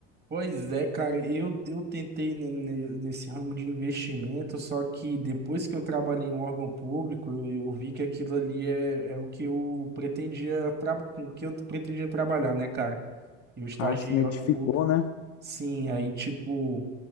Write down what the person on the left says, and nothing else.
Ah, se identificou,
né?